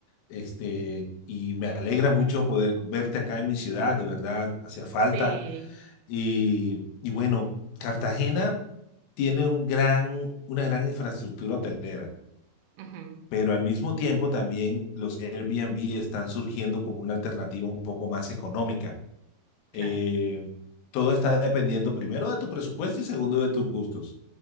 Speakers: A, on the left (about 75°); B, on the right (about 85°).
A: Este, y me alegra mucho poder verte acá en mi ciudad, de verdad, hacía falta.
B: Sí,
A: Y, y bueno, Cartagena tiene un gran, una gran infraestructura hotelera,
B: ujú,
A: pero al mismo tiempo también los Airbnb están surgiendo como una alternativa un poco más económica.
B: claro,
A: Eh, todo está dependiendo primero de tu presupuesto y segundo de tus gustos.